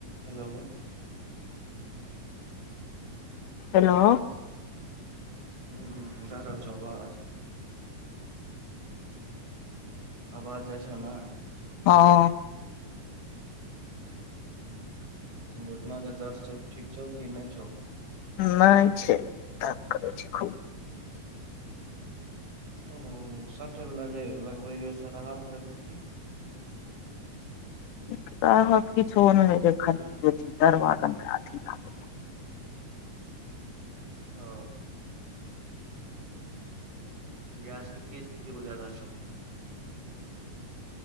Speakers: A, on the right; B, on the left.
A: Hello.
B: Hello.
A: हूॅं हूॅं जा रहल छौ अबाज? आबाज जाइ छौ ने?
B: हँ।
A: हूॅं घुटना के दर्द सब ठीक छौ कि नै छौ?
B: नै छै दर्द करै छै खूब।
A: ओ सटै बला जे लगबै रहियै से राहत होइ रहौ कि?
B: बत कि छो ख तरथ ल। <inaudible>
A: ओ। गैस के की स्थिति बुझा रहल छौ?